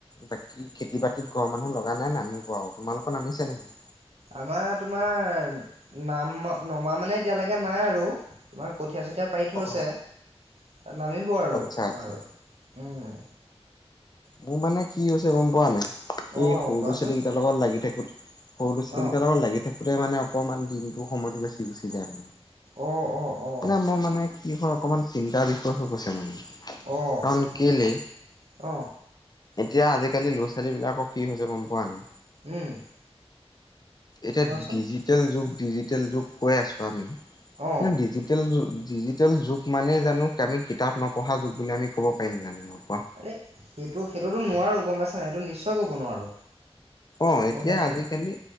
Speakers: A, on the left; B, on the right.
A: বাকী খেতি -বাতিত ঘৰৰ মানুহ লগা নাই, নামিব আৰু তোমালোকৰ নামিছে নেকি?
B: আমাৰ তোমাৰ নাম নমা মানে এতিয়ালৈকে নাই আৰু তোমাৰ কঠি য়া -চঠিয়া পাৰি থৈছে।
A: অ
B: নামিব আৰু
A: আচ্ছা
B: আমাৰো
A: আচ্ছা
B: উ।
A: মোৰ মানে কি হৈছে গম পোৱা নাই।
B: অ
A: এই সৰু ল'ৰা-
B: কোৱাচোন
A: ছোৱালী কেইটাৰ লগত লাগি থাকোঁতে সৰু ল'ৰা-ছোৱালীকেইটাৰ
B: অ
A: লগত লাগি থাকোতে মানে অকণমান দিনটো সময়তটো বেছি গুচি যায়।
B: অ-অ-অ।
A: মানে মোৰ মানে কি হয় অকণমান চিন্তাৰ বিষয় হৈ গৈছে মানে।
B: অ--অ।
A: কাৰণ কেলে এতিয়া আজিকালি ল'ৰা-ছোৱালী বিলাকক কি হৈছে গম পোৱা নাই?
B: উম
A: এতিয়া
B: কোৱাচোন
A: ডিজিটেল যুগ ডিজিটেল যুগ কৈ আছোঁ আমি।
B: অ
A: কিন্তু ডিজিটেল যুগ ডিজিটেল যুগ মানেই জানো আমি কিতাপ নপঢ়া যুগ বুলি আমি ক'ব পাৰিম জানো।
B: আৰে সেইটো সেইটোতো নোৱাৰো গম পাইছা নাই। সেইটো নিশ্চয় ক'ব নোৱাৰো
A: অ', এতিয়া
B: গম পাইছা
A: আজিকালি,
B: নাই